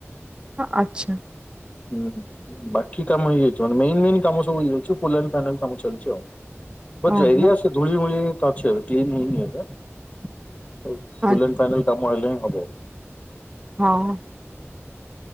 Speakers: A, on the right; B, on the left.
A: ହ ଆଚ୍ଛା
B: ହୁଁ ବାକି କାମ ହେଇଯାଇଛି ମାନେ ମେନ୍ ମେନ୍ କାମ ସବୁ ହେଇଯାଉଛି ଫୁଲ ଆଣ୍ଡ ଫାଇନାଲ କାମ ଚାଲିଛି ଆଉ। ପଚା
A: ଓହୋ
B: ଏରିଆ ସେ ଧୂଳି ମୁଳି ତ ଅଛି ଏବେ କ୍ଲିନ ହେଇନି ଏବେ। ଆଉ ଫୁଲ
A: ଆ-
B: ଆଣ୍ଡ ଫାଇନାଲ କାମ ହେଲେ ହଁ ହବ।
A: ହଁ।